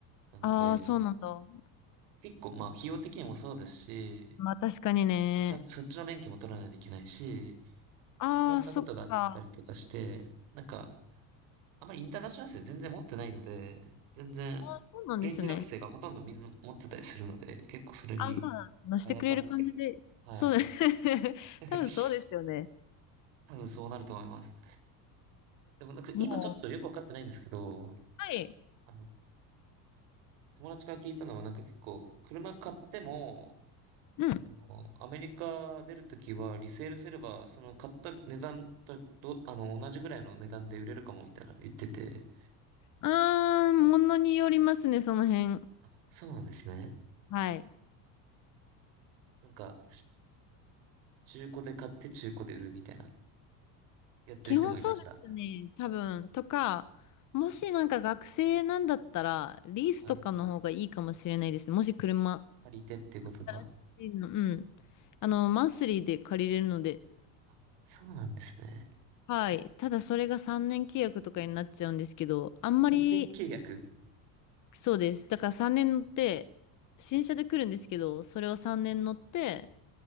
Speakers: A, on the right; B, on the left.
A: なんで、
B: ああ、そうなんだ。
A: 結構まあ費用的にもそうですし、
B: まあ確かにね。
A: あちゃんとそっちの免許も取らないといけないし、
B: ああ、
A: いろんなことがあったりとかして、
B: そっか。
A: なんか、あまりインターナショナル生全然持ってないので、全然、
B: ああ、そうなんですね。
A: 現地学生がほとんどみんな持ってたりするので、結構それに、
B: ああ、まあ、乗してくれる感じで。
A: あやかって、はい。
B: そうだね。<laughs>
A: <laughs>
B: 多分そうですよね。
A: 多分そうなると思います。でもなんか今ちょっとよくわかってないんですけど、
B: もう。はい。
A: あの、友達から聞いたのはなんか結構、車買っても、
B: うん。
A: あの、アメリカ出るときはリセールすれば、その買った値段とど、あの、同じぐらいの値段で売れるかもみたいな言ってて、
B: あー、ものによりますね、その辺。
A: あ、そうなんですね。
B: はい。
A: なんか、中古で買って中古で売るみたいな、やってる人もいました。
B: 基本そうですね、多分。とか、もしなんか学生なんだったら、リースとかの方がいいかもしれないですね。
A: はい。
B: もし車。
A: 借りてっていうことか。
B: 新しいの。うん。あの、マンスリーで借りれるので。
A: あ、そうなんですね。
B: はい。ただそれが3年契約とかになっちゃうんですけど、あんまり、
A: 3年契約。
B: そうです。だから3年乗って、新車で来るんですけど、それを3年乗って、